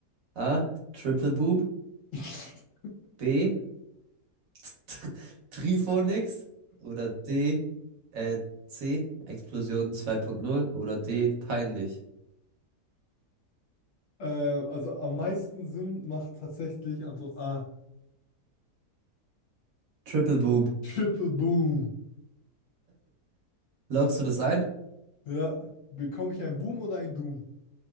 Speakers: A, on the right; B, on the left.
A: A. Triple Boom.
B: <laughs>
A: B. <laughs> Triphonix. Oder D. Äh, C. Explosion zwei Punkt null Oder D. Peinlich.
B: Äh, also am meisten Sinn macht tatsächlich Antwort A.
A: Triple Boom.
B: Triple Boom.
A: Loggst du das ein?
B: Ja. Bekomme ich einen Boom oder einen Doom?